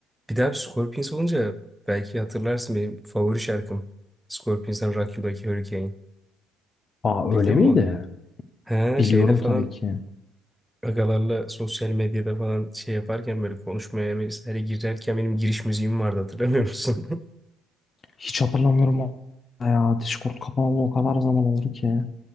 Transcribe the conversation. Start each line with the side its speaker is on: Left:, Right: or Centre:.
Centre: Bir daha bir Scorpions olunca belki hatırlarsın benim favori şarkım. Scorpions'tan Rock You Like a Hurricane.
Left: Aa
Centre: Bildin
Left: öyle miydi?
Centre: mi onu? He
Left: Biliyorum
Centre: şeyde falan
Left: tabii ki.
Centre: agalarla sosyal medyada falan şey yaparken böyle konuşmaya mesela girerken benim giriş müziğim vardı hatırlamıyor musun? <laughs>
Left: Hiç hatırlamıyorum o- ya. Discord kapanalı o kadar zaman oldu ki.